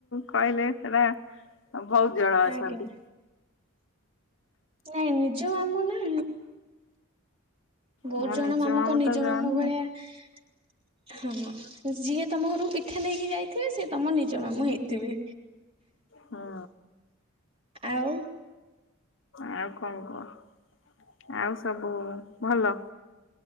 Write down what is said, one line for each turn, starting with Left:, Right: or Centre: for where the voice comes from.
Left: କହିଲେ ସେଟା ବହୁତ ଜଣ ଅଛନ୍ତି।
Right: ଆଜ୍ଞା। ନାଇଁ ନିଜ ମାମୁ ନା। ବହୁତ
Left: ମୋ
Right: ଜଣ
Left: ନିଜ
Right: ମାମୁଁଙ୍କ
Left: ମାମୁଁ
Right: ନିଜ
Left: ତ ଜଣେ
Right: ମାମୁ ଭଳିଆ ହଁ ହଁ ସିଏ ତମ ଘରକୁ <unintelligible> ମିଠା ନେଇକି ଯାଇଥିବେ ଯେ ସେ ତୁମ ନିଜ ମାମୁଁ ହେଇଥିବେ।
Left: ହୁଁ
Right: ଆଉ
Left: ଆଉ କଣ କୁହ ଆଉ ସବୁ ଭଲ।